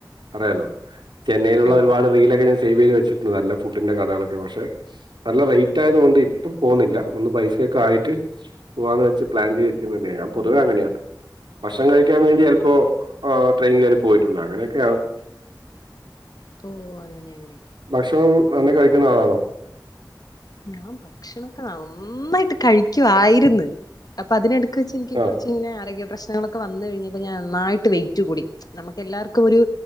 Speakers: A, on the right (about 85°); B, on the left (about 55°).
A: അറിയാലോ. ചെന്നൈയിലുള്ള
B: ഓ
A: ഒരുപാട് റീലൊക്കെ സേവ് ചെയ്ത് വച്ചിട്ടുണ്ട് നല്ല ഫുഡിന്റെ കടകളൊക്കെ പക്ഷെ നല്ല റേറ്റ് ആയത്കൊണ്ട് ഇപ്പം പോവുന്നില്ല ഒന്ന് പൈസ ക്കെ ആയിട്ട് പോവാന്ന് വെച്ച് പ്ലാൻ ചെയ്തിരിക്ക്ന്ന്ണ്ട് ഞാൻ പൊതുവെ അങ്ങനെയാ ഭക്ഷണം കഴിക്യാൻ വേണ്ടി ചെൽപ്പോ ഏ ട്രെയിൻ കേറി പോയിട്ടുണ്ട് അങ്ങനെയൊക്കെയാണ്. <inaudible>
B: ഓ അങ്ങനെ അങ്ങനെ.
A: ഭക്ഷണം നന്നേ കഴിക്ക്ന്ന ആളാണോ?
B: ഞാൻ ഭക്ഷണൊക്കെ നന്നായിട്ട് കഴിക്കുവായിരുന്നു അപ്പൊ അതിന് എടുക്ക് വെച്ച് എനിക്കും
A: ആഹ്
B: കുറച്ച് ഇങ്ങനെ ആരോഗ്യ പ്രശ്നങ്ങളൊക്കെ വന്ന് കഴിഞ്ഞപ്പോ ഞാൻ നന്നായിട്ട് വെയിറ്റ് കൂടി നമുക്ക് എല്ലാവർക്കും ഒരു